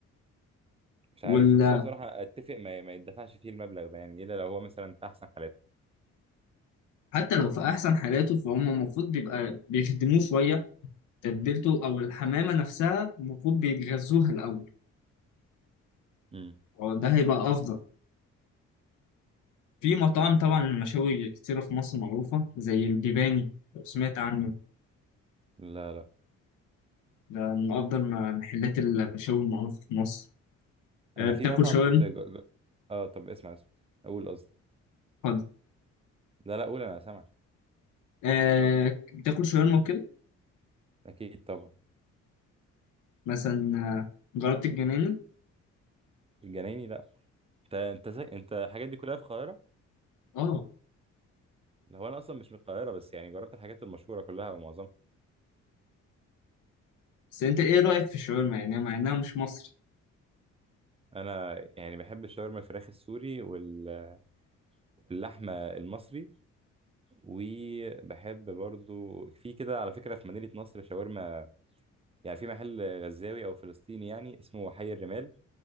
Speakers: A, on the right; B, on the left.
A: مش
B: وال
A: عارف بس هو بصراحة اتفق ما, ما يدفعش فيه المبلغ ده يعني الا لو هو مثلا في احسن حالاته
B: حتى لو في أحسن حالاته فهم المفروض بيبقى بيخدموه شوية تتبيلته او الحمامه نفسها المفروض بيتغذوها الاول
A: امم
B: وده هيبقى افضل في مطاعم طبعا المشاوي كتيره في مصر معروفه زي الجباني لو سمعت عنه
A: لا لا
B: ده من افضل م- محلات المشاوي المعروفه في مصر آه،
A: انا
B: بتاكل
A: في مطعم
B: شاورما
A: كنت ج... ج- اه طب اسمع اسمع اقول قصدي
B: اتفضل
A: لا لا قول انا سامعك
B: آه، بتاكل شاورما وكده
A: اكيد طبعا
B: مثلا آه، جربت الجنينه
A: الجنايني لا انت انت زي انت الحاجات دي كلها في القاهرة
B: اه
A: لا، هو انا اصلا مش من القاهرة بس يعني جربت الحاجات المشهورة كلها او معظمها
B: بس انت ايه رايك في الشاورما يعني مع انها مش مصري
A: انا يعني بحب الشاورما الفراخ السوري وال... واللحمة المصري وبحب برضو في كده على فكرة في مدينة نصر شاورما يعني في محل غزاوي أو فلسطيني يعني اسمه حي الرمال